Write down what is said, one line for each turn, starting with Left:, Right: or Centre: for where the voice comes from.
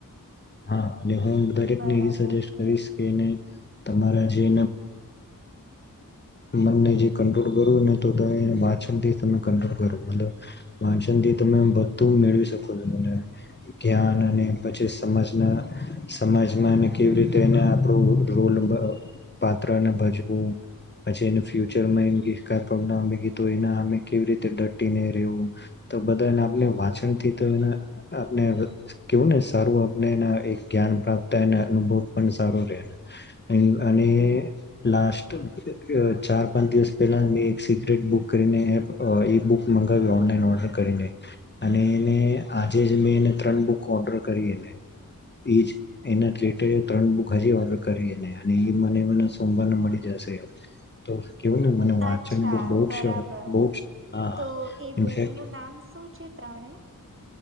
Left: હા અને હું દરેકને
Right: બરાબર
Left: એ સજેસ્ટ કરીશ કે એને તમા જે મ જે કરને તો વાચનથી તમે કટ્રોલ કરો મલબ વાંચનથી તમે બધું મેળવી શકો છો જ્ઞાન અને પછી સમાજના સમાજમાં કેવી રીતે એ આપણું રોલ પાત્રને ભજવું પછી એ ફ્યુચરમાં ક પ્રોબ્લેમ આવી ગ તો એને અ કેવી રીતે દટી ન રહેવું તો બધા એ આપને વાંચન થી તો આપને કેવું ને સારું આપને એ એક જ્ઞાન પ્રાપ્તા એ અનુભવ પણ સારો રહે અને લાસ્ટ ચાર પાંચ દિવસ પહેલાં મેં એક સિક્રેટ બુક કરીને એ બુક મંગાવી ઓનલાઈન ઓર્ડર કરીને અને એને આજે જ મેં એને ત્રણ બુક ઓર્ડર કરીને એ જ એના થેટેરે ત્રણ બુક હજી ઓર્ડર કરી એને અને એ મને મને સોમવારને મળી જશે તો કેવું ને મને વાંચન
Right: અચ્છા
Left: બહુ
Right: બરાબર
Left: જ બહુ જ હા
Right: તો એ
Left: ઇનફેક્ટ
Right: બુકનુંું નામ શું છે ત્રણે